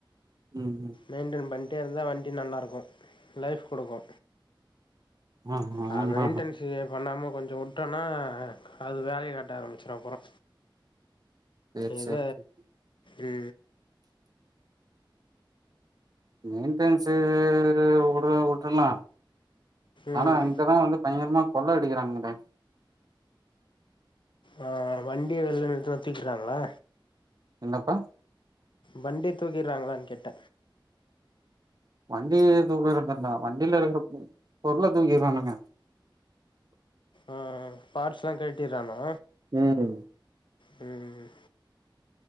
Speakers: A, on the right; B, on the left.
A: ம் ம்
B: மெயின்டென் பண்ட்டே இருந்தா வண்டி நல்லா இருக்கு லைஃப் குடுக்கு
A: ஆ ஆ
B: அ
A: ஆமா
B: மெயின்டன்ஸு பண்ணாம கொஞ்சோ உட்டோனா அது வேலைய காட்ட ஆரமிச்சிரு அப்புறோ
A: சேரி
B: எத
A: சேரி சேரி
B: இது
A: மெயின்டன்ஸு உடனு உட்றுலா
B: ம்
A: ஆனா இங்கதா வந்து பயங்கரமா கொள்ள அடிக்கிறாங்களே
B: ஆ வண்டிய வெளில எடுத்துன தூக்கிட்றாங்ளா
A: என்னப்பா
B: வண்டி தூக்கிறாங்ளான் கேட்ட
A: வண்டிய தூக்கிற மாட்டான் வண்டில இருக்ற பொருள தூக்கிறானுங்க
B: ஆ பாட்ஸ்லா கள்ட்டிறானா
A: ம்
B: ம்